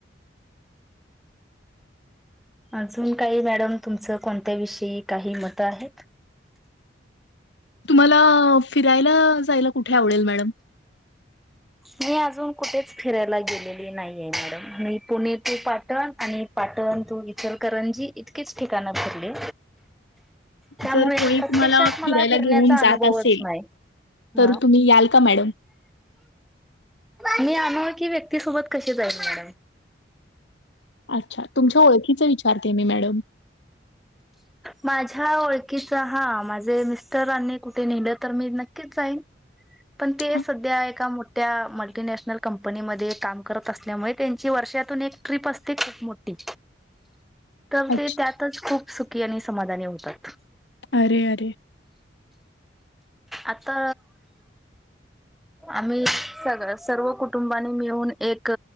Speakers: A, in the centre; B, on the left.
A: अजून काही मॅडम तुमचं कोणत्या विषयी काही मत आहेत?
B: तुम्हाला फिरायला जायला कुठे आवडेल मॅडम?
A: मी अजून कुठेच फिरायला गेलेली नाहीये, मॅडम मी पुणे टू पाटण आणि पाटण टू इचलकरंजी इतकीच ठिकाणं फिरली त्यामुळे
B: जर कोणी
A: प्रत्यक्षात
B: तुम्हाला
A: मला
B: फिरायला
A: फिरण्याचा
B: घेऊन जात
A: अनुभवच
B: असेल
A: नाही
B: तर
A: हा
B: तुम्ही याल का मॅडम?
A: मी आनोळखी व्यक्तीसोबत कशी जाईल मॅडम?
B: अच्छा! तुमच्या ओळखीच विचारते मी मॅडम
A: माझ्या ओळखीचा हा माझे मिस्टरनी कुठे नेलं तर मी नक्कीच जाईन, पण ते
B: अ,
A: सध्या ए मोठ्या मल्टीनॅशनल कंपनीमध्ये काम करत असल्यामुळे त्यांची वर्षातून एक ट्रीप असते खूप मोठी तर,
B: अच्छा.
A: ते त्यातच खूप सु <unintelligible> समाधानी होतात.
B: अरे, अरे!
A: आता आम्ही, सग सर्व कुटुंबानी मिळून एक